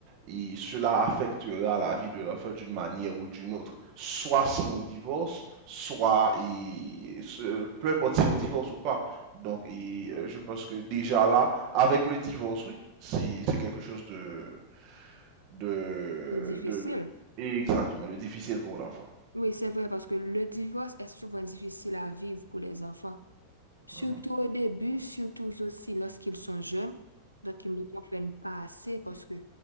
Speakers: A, on the right; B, on the right.
A: et cela affectera la vie de l'enfant d'une manière ou d'une autre. Soit si on divorce, soit et ce- peu importe si on divorce ou pas. Donc, et, euh, je pense que déjà là, avec le divorce, oui, c'est c'est quelque chose de, de,
B: C'est difficile.
A: de, de- exactement, de difficile pour l'enfant.
B: Oui, c'est vrai, parce que le divorce est souvent difficile à vivre pour les enfants. Surtout
A: Mhm,
B: au début, surtout aussi lorsqu'ils sont jeunes, donc ils ne comprennent pas assez parce que